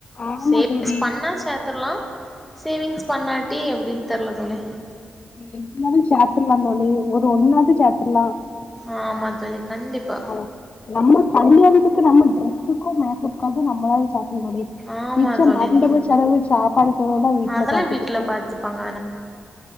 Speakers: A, on the left (about 40°); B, in the centre.
A: ஆமா
B: சேவி்ங்ஸ்
A: தோழி
B: பண்ண சேத்தர்லா சேவிங்ஸ் பண்ணாட்டி எப்டின் தெர்ல தோழி
A: எப்டினாலு செத்தர்லா தோழி ஒரு ஒன்னாது சேத்தர்லா
B: ஆமா தோழி கண்டிப்பா
A: ஆமா நம்ம கண் அடி நம்ம ட்ரெஸ்க்கு மேக்கஅப்காக நம் மாவு செத்தர்னுடே
B: ஆமா
A: மிச்ச
B: தோழி
A: மண்டப செலவு சாப்பாடு செலவுதா வீட்ல
B: அதெல்லா
A: பாத்துக்குட்டு
B: வீட்ல பாத்துப்பாங்க